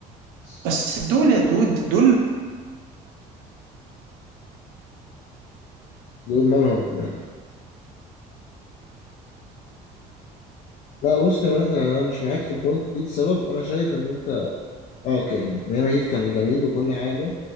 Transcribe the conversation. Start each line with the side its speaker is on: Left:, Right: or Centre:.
Left: أليكس
Right: بس دول يا دود دول
Left: دول مالهم يا رب؟ لا بص يا مان يعني انا مش معاك في البوينت دي لسبب انا شايف ان انت آه، اوكي ميامي هيت كان جميل وكل حاجه